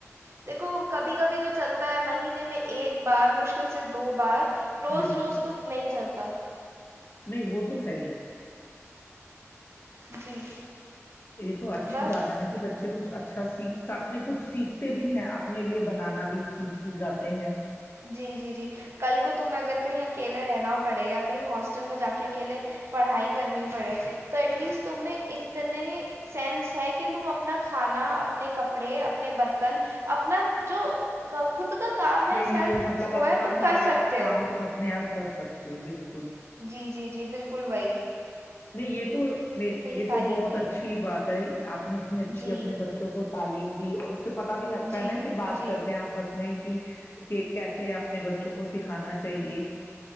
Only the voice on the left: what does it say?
بالکل
نہیں وہ تو ہے ہی
یہ تو اچھی
بات ہے نا کہ بچے کچھ اچھا س ساتھ میں کچھ سیکھتے بھی ہیں اپنے لیے بنانا بھی سیکھ جاتے ہیں
لی مطلب
اپنا
سارا
کام تم اپنے آپ کر سکتے تو ب
نہیں یہ تو یہ
تو بہت
اچھی
بات ہے آپ نے اتنی اچھی
اپنے بچوں کو تعلیم دی اور اس سے پتا بھی لگتا
ہے نا کہ بات
کرتے ہیں آپس میں کہ کیسے اپنے بچوں کو سکھانا چاہیے